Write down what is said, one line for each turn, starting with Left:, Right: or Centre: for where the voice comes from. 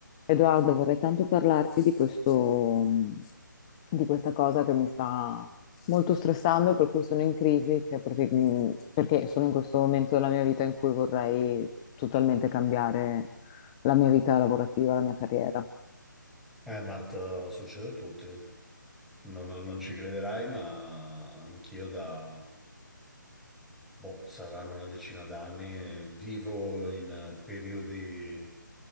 Left: Edoardo, vorrei tanto parlarti di questo, di questa cosa che mi sta molto stressando, e per cui sono in crisi, che prati- perché sono in questo momento della mia vita in cui vorrei totalmente cambiare la mia vita lavorativa, la mia carriera.
Centre: Eh, Marta, succede a tutti. Non, non- non ci crederai, ma anch'io da, boh, saranno una decina d'anni, eh, vivo in eh, periodi